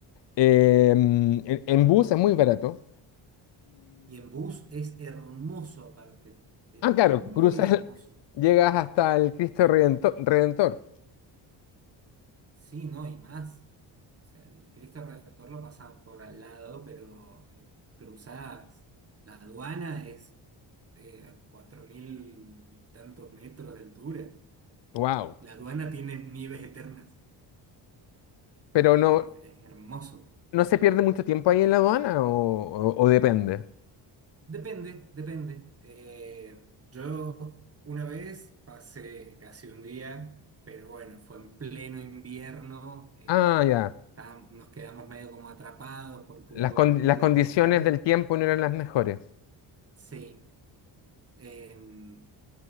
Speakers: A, on the left (about 65°); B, on the right (about 30°).
A: Eh, en, en bus es muy barato.
B: Y en bus es hermoso aparte, pero
A: Ah, claro,
B: muy
A: cruzas,
B: hermoso.
A: <laughs> el- llegas hasta el Cristo Redento- Redentor.
B: Sí, no, y más. O sea, el Cristo Redentor lo pasan por al lado, pero eh, cruzadas. La aduana es eh, a cuatro mil y tantos metros de altura.
A: Wow.
B: La aduana tiene nieves eternas.
A: Pero
B: Es,
A: no,
B: es hermoso.
A: no se pierde mucho tiempo ahí en la aduana o, o- o depende.
B: Depende, depende. Eh, yo una vez pasé casi un día, pero bueno, fue en pleno invierno, eh,
A: Ah, ya.
B: estábamos- nos quedamos medio como atrapados porque
A: Las,
B: hubo
A: con-
B: aludes
A: las condiciones
B: y tal.
A: del tiempo no eran las mejores.
B: Sí, em,